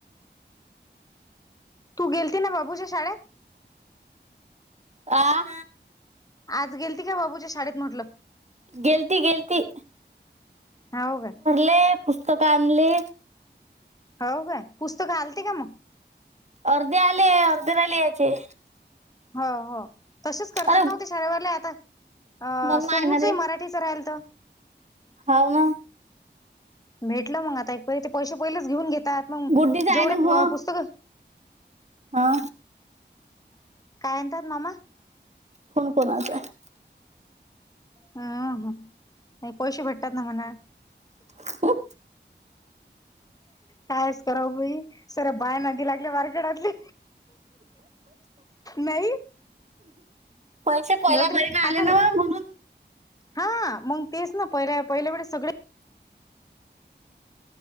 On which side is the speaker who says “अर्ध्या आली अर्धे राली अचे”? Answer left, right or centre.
Right